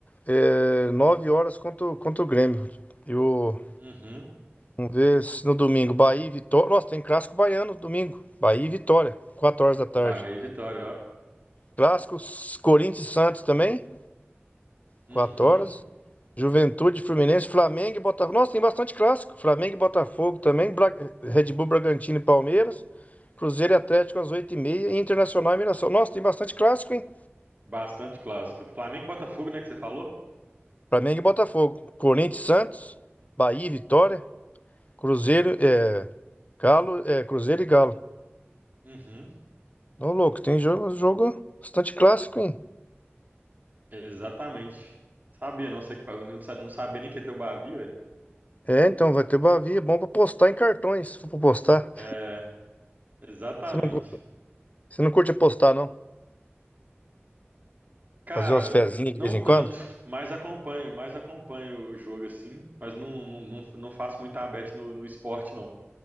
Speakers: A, on the left; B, on the right.
A: é, 9 horas contra, o- contra o Grêmio. E o,
B: Uhum,
A: vamos ver se no domingo, Bahia e Vitória. Nossa, tem clássico baiano no domingo. Bahia e Vitória, 4 horas da tarde.
B: Bahia e Vitória, ó.
A: Clássicos Corinthians e Santos também.
B: Uhum,
A: Quatro horas. Juventude, Fluminense, Flamengo e Botafogo. Nossa, tem bastante clássico. Flamengo e Botafogo também. Bra- Red Bull, Bragantino e Palmeiras. Cruzeiro e Atlético às oito e meia. E Internacional e Mirassol. Nossa, tem bastante clássico, hein?
B: bastante clássico. Flamengo e Botafogo, né, que você falou?
A: Flamengo e Botafogo. Corinthians, e Santos. Bahia e Vitória. Cruzeiro, é, Galo, é, Cruzeiro e Galo.
B: Uhum,
A: Ô, louco, tem jogo, jogo bastante clássico, hein?
B: exatamente. Sabia, não sei que não sa- não sabia nem que ia ter o Bavi, velho.
A: É, então, vai ter Bavia. Bom pra postar em cartões, se for pra postar.
B: É, exatamente.
A: Você não, cu- você não curte apostar, não?
B: Cara,
A: Fazer umas fezinhas
B: não
A: de vez em
B: tanto,
A: quando?
B: mas acompanho, mas acompanho o jogo assim, mas não, não, não, não faço muita bet no, no esporte, não.